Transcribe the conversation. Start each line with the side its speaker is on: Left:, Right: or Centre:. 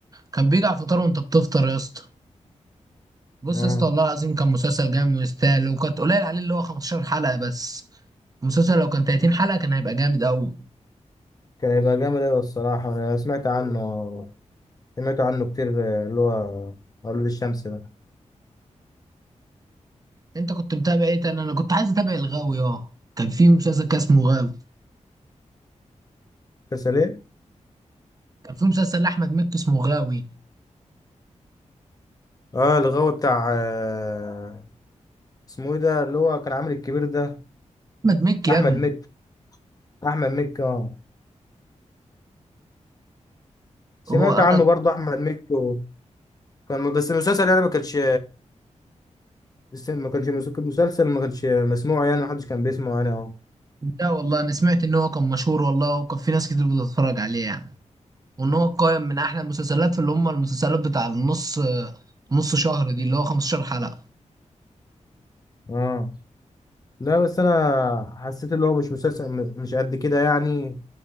Right: كان بيجي على الفطار وانت بتفطر يا اسطى بص
Left: اه
Right: يا اسطى والله العظيم كان مسلسل جامد ويستاهل وكانت قليل عليه اللي هو 15 حلقة بس المسلسل لو كان 30 حلقة كان هيبقى جامد قوي
Left: كان هيبقى جامد ايوه الصراحة انا سمعت عنه سمعت عنه كتير آه، اللي هو اولاد الشمس ده
Right: انت كنت متابع ايه تاني انا كنت عايز اتابع الغاوي اه كان في مسلسل كان اسمه غاوي
Left: مسلسل ايه
Right: كان في مسلسل لاحمد مكي اسمه غاوي
Left: اه الغاوي بتاع آه، اسمه ايه ده اللي هو كان عامل الكبير ده
Right: احمد مكي يا
Left: احمد
Right: ابني
Left: مكي احمد مكي اه سمعت
Right: هو انا
Left: عنه برضه احمد مكي و- كان بس المسلسل يعني ما كانش بس ما كانش مس- مسلسل ما كانش مسموع يعني ما حدش كان بيسمعه انا اه
Right: لا والله انا سمعت ان هو كان مشهور والله وكان في ناس كتير بتتفرج عليه يعني وان هو قائم من احلى المسلسلات في اللي هم المسلسلات بتاع النص نص شهر دي اللي هو 15 حلقة
Left: اه لا بس انا حسيت اللي هو مش مسلسل م- مش قد كده يعني